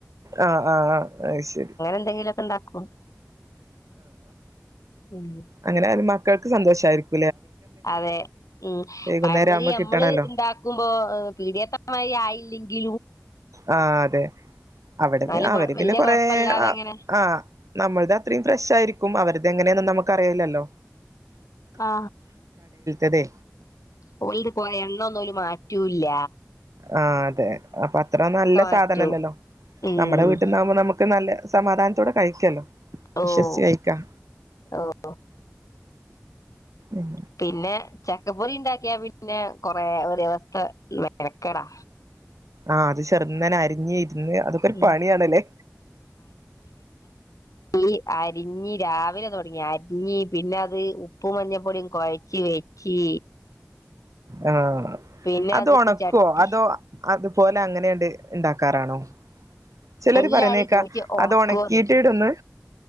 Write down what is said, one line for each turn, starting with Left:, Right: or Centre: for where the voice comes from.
Right: ആ ആ അതു ശരി
Left: എന്തെങ്കിലുമൊക്കെ ഉണ്ടാക്കും ഉം
Right: അങ്ങനെ മക്കൾക്ക് ക്ക് സന്തോഷമായിരിക്കും
Left: അതെ ഉം
Right: വൈകുന്നേരം
Left: പഴം പൊരി
Right: ആവുമ്പോ
Left: നമ്മൾ
Right: കിട്ടണല്ലോ
Left: ഉണ്ടാക്കുമ്പോ <unintelligible> ലും
Right: ആ അതേ അവിടുത്തെ
Left: എന്നാലും
Right: അവര്
Left: കൊഴ വല്യ
Right: പിന്നെ കൊറേ
Left: കൊഴപ്പല്ലാതെ
Right: ആ
Left: അങ്ങനെ
Right: ആ നമ്മൾടെ അത്രയും ഫ്രഷ് ആയിരുക്കും അവരു എങ്ങനെയാണെന്ന് നമ്മുക്ക് അറിയില്ലല്ലോ
Left: ആ
Right: അതേ
Left: പോയിത് പോയ് എണ്ണൊന്നും അവര് മാറ്റൂം ഇല്ല
Right: ആ അതെ അപ്പം അത്ര നല്ല
Left: മാറ്റും
Right: സാധനല്ലല്ലോ
Left: ഉം
Right: നമ്മടെ വീട്ടീന്ന് ആകുമ്പോ നമുക്ക് നല്ല സമാധാനത്തോടെ കഴിക്കാലോ
Left: ഓഹ്
Right: വിശ്വസിച്ച് കഴിക്കാം
Left: ഓഹ്
Right: ഉം
Left: പിന്നെ ചക്കപ്പൊരി ഉണ്ടാക്കിയാൽ പിന്നെ കൊറേ ഒരു ദിവസത്തെ മെനക്കേടാ
Right: ആ അത് ചെറുന്നനെ അരിഞ്ഞ് ഞ്ഞ് അതൊക്കൊരു
Left: ഉം
Right: പണിയാണല്ലേ
Left: പ്പേരി അരിഞ്ഞ് രാവിലെ തൊടങ്ങിയാ അരിഞ്ഞ് പിന്നെ അത് ഉപ്പും മഞ്ഞപ്പൊടിയും കൊഴച്ച് വെച്ച്
Right: ആ
Left: പിന്നെ
Right: അത് ഒണക്കുവോ
Left: ചട്ടി
Right: അതോ അതുപോലേ അങ്ങനെ അങ്ങട് ഉണ്ടാക്കാറാണോ ചെലര്
Left: എല്ലാരും
Right: പറയുന്നെ കേക്കാം
Left: ചോദിച്ച് ഉണക്കോന്ന്
Right: അത് ഒണക്കിയിട്ട് ഇടുംന്ന്